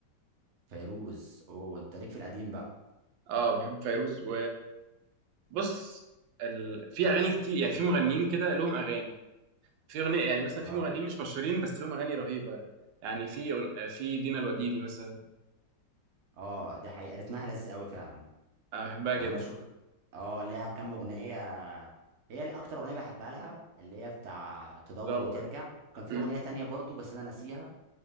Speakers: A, on the right; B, on the right.
A: فيروز اوه انت ليك في القديم بقى
B: اه بحب فيروز و بص ال... في اغاني كتير يعني في مغنيين كده لهم اغاني في اغنيه يعني مثلا
A: اه
B: في مغنيين مش مشهورين بس لهم اغاني رهيبه يعني في أغن- في دينا الوديدي مثلا
A: اه دي حقيقه رتمها لذيذ قوي فعلا
B: انا بحبها
A: يعني
B: جدا
A: انا بشوف اه ليها كام اغنيه هي اللي اكتر اغنيه بحبها لها اللي هي بتاع تدور
B: تدور
A: وترجع كان في
B: أمم.
A: اغنيه تانية برضو بس انا ناسيها